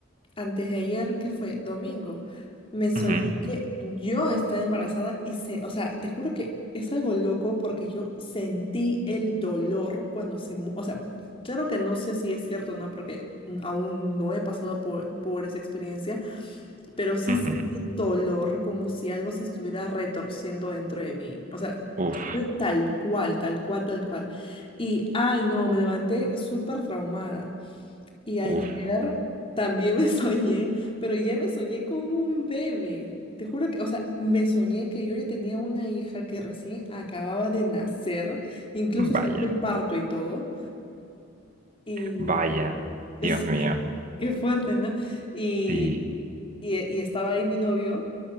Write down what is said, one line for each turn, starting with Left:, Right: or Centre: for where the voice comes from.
Left: antes de ayer, que fue domingo, me soñé
Right: ujú,
Left: que yo estaba embarazada y se, o sea, te juro que es algo loco porque yo sentí el dolor cuando se, mu- o sea, claro que no sé si es cierto, o ¿no? Porque aún no he pasado por, por esa experiencia, pero sí
Right: ujú.
Left: sentí dolor como si algo se estuviera retorciendo dentro de mí. O sea,
Right: Uf,
Left: fue tal cual, tal cual, tal cual. Y, ay, no, me levanté súper traumada. Y ayer
Right: uf,
Left: también me <laughs> soñé, pero ya me soñé con un bebé. Te juro que, o sea, me soñé que yo ya tenía una hija que recién acababa de nacer, incluso
Right: vaya,
Left: sentí el parto y todo. Y,
Right: vaya.
Left: <laughs> sí,
Right: Dios mío.
Left: qué fuerte, ¿no? Y,
Right: Sí.
Left: y, y estaba ahí mi novio.